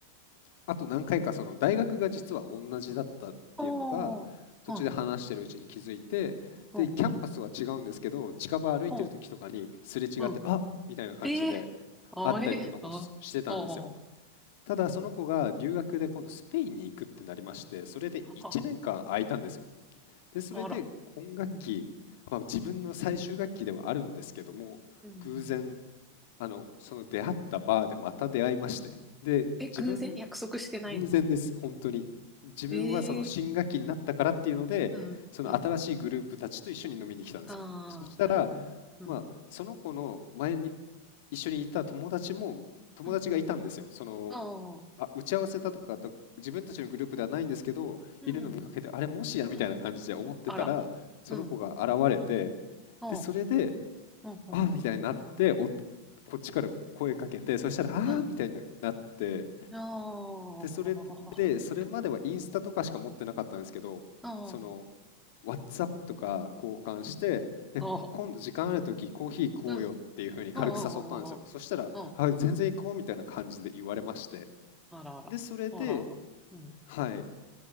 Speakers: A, on the left; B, in the centre.
A: あと何回かその大学が実は同じだったっていうのが途中で話してるうちに気づいて、
B: おお。はい。おお。
A: で、キャンパスは違うんですけど、近場歩いてる時とかにすれ違って、
B: おうん。
A: あっみたいな感じで
B: ええ。あえ。
A: あったりとかもししてたんですよ。
B: あ。おお。
A: ただその子が留学で今度スペインに行くってなりまして、それで1年間空いたんですよ。
B: あ、
A: で、それで今学期、
B: あら。うん。
A: まあ、自分の最終学期ではあるんですけども、
B: うん。
A: 偶然、あの、その出会ったバーでまた出会いまして、で、
B: え、
A: 自分
B: 偶然約束してないのに
A: 偶然です、本当に。自分はその新学期になったからっていうので、
B: ええ。うん。
A: その新しいグループたちと一緒に飲みに来たんですよ。
B: うん。あ
A: そしたら、
B: あ、なるほど。うん。
A: まあ、その子の前に一緒にいた友達も友達がいたんですよ。
B: うん。うん。
A: その、
B: ああ。
A: あ、打ち合わせたとかと自分たちのグループではないんですけど、
B: うん。
A: いるの見かけて、あれ、もしやみたいな感じで思ってたら、
B: うん。あら。
A: その子が現れて、
B: うん。おう。
A: で、それで、
B: うん。うん。
A: ああ、
B: うん。
A: みたいになって、おこっちから声かけて、そしたら、ああ、
B: うん。うん。
A: みたいにななって
B: おー。
A: で、それで、それまではインスタとかしか持ってなかったんですけど、
B: おー。
A: その、WhatsApp とか交換して、で、
B: おー。
A: 今度時間あるときコーヒー行こうよっていうふうに軽く誘ったんですよ。
B: うん。おー。
A: そしたら、
B: おー。お
A: あ、全然行こうみたいな感じで言われまして。
B: あらあら。
A: で、それで、
B: あらあら。うん。
A: はい。